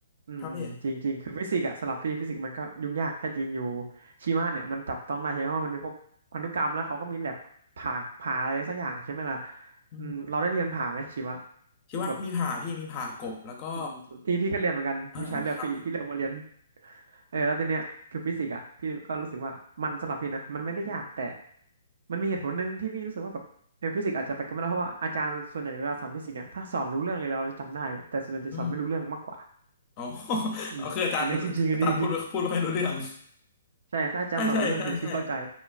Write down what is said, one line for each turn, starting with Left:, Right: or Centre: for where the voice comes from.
Right: อืมอืมจริงจริงคือฟิสิกส์อะสำหรับพี่ฟิสิกส์มันก็ยุ่งยากแค่จริงอยู่
Left: ครับพี่
Right: ชีวะเนี่ยมันจับต้องได้ใช่ไหมว่ามันเป็นพวกพันธุกรรมแล้วเขาก็มีแลบผ่าผ่าอะไรสักอย่างใช่ไหมล่ะ
Left: อืม
Right: อืมเราได้เรียนผ่าไหมชีวะ
Left: ชีวะมีผ่าพี่มีผ่ากบแล้วก็
Right: แบบ อืมพี่พี่ก็เรียนเหมือนกันวิชาเลือกพี่พี่เลือกมาเรียน
Left: อ่าครับ
Right: เออแล้วทีเนี้ยคือฟิสิกส์อ่ะพี่ก็รู้สึกว่ามันสำหรับพี่นะมันไม่ได้ยากแต่มันมีเหตุผลหนึ่งที่พี่รู้สึกว่าแบบเออฟิสิกส์อาจจะไปกันไม่ได้เพราะว่าอาจารย์ส่วนใหญ่เวลาสอนฟิสิกส์เนี่ยถ้าสอนรู้เรื่องเลยเราจะจำได้แต่ส่วนใหญ่จะสอนไม่รู้เรื่องมากกว่า
Left: อืมอ๋อ <laughs>
Right: อืมอันนี้จริงๆอันนี้จริง
Left: อ๋อคืออาจารย์อาจารย์พูดไม่พูดไม่ค่อยรู้เรื่อง
Right: ๆใช่ถ้าอาจารย์สอนรู้เรื่องคือพี่เข้าใจ
Left: ใช่ใช่ใช่ใช่